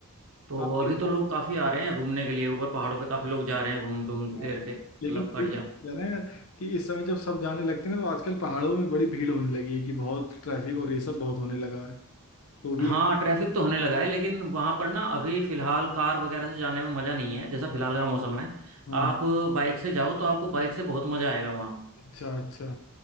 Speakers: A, on the right; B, on the left.
A: तो
B: हाँ
A: अभी
B: ये
A: तो
B: बात
A: लोग काफी आ रहे हैं घूमने के लिए ऊपर पहाड़ों पे काफी लोग जा रहे हैं घूम घूम
B: है।
A: फिर के मतलब
B: लेकिन
A: बढ़िया
B: ये चीज़ है ना यार कि इस समय जब सब जाने लगते हैं ना तो आजकल पहाड़ों में बड़ी भीड़ होने लगी है कि बहुत ट्रैफिक और ये सब बहुत होने लगा है तो भी
A: हाँ
B: एक
A: ट्रैफिक तो होने लगा है लेकिन वहां पर ना अभी फिलहाल कार वगैरह से जाने में मजा नहीं है जैसा फिलहाल का मौसम है
B: हाँ
A: आप बाइक से जाओ तो आपको बाइक से बहुत मजा आएगा वहाँ
B: अच्छा अच्छा